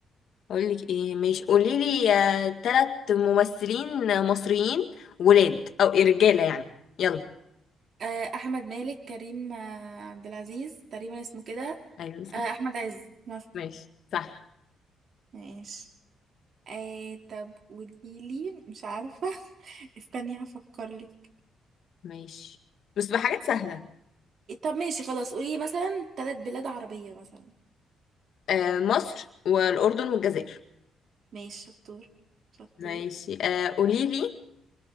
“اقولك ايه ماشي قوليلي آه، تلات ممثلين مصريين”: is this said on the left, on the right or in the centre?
Left